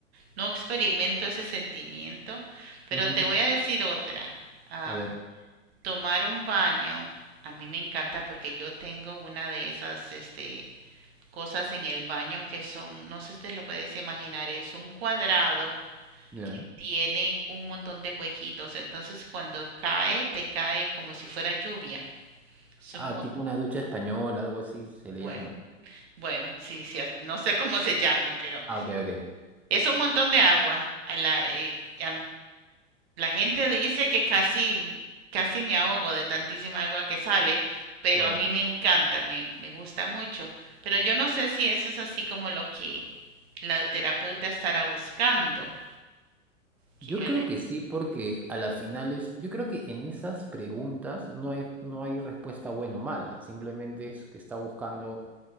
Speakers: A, on the right; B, in the centre.
A: no experimento ese sentimiento. Pero
B: Ujú.
A: te voy a decir otra. Am,
B: A ver,
A: tomar un baño, a mí me encanta porque yo tengo una de esas este, cosas en el baño que son, no sé si te lo puedes imaginar, es un cuadrado
B: ya.
A: que tiene un montón de huequitos, entonces cuando cae, te cae como si fuera lluvia. Es
B: Ah,
A: un mon-
B: tipo una ducha española, algo así se
A: bueno,
B: le llama.
A: bueno, sí, sí, as- no sé cómo se llame, pero
B: Ah, ok, ok.
A: es un montón de agua. A la, eh, a la gente dice que casi, casi me ahogo de tantísima agua que sale, pero
B: Wow.
A: a mí me encanta, me, me gusta mucho. Pero yo no sé si eso es así como lo que la terapeuta estará buscando, que
B: Yo
A: yo
B: creo
A: le...
B: que sí, porque a las finales, yo creo que en esas preguntas no hay, no hay respuesta buena o mala. Simplemente es que está buscando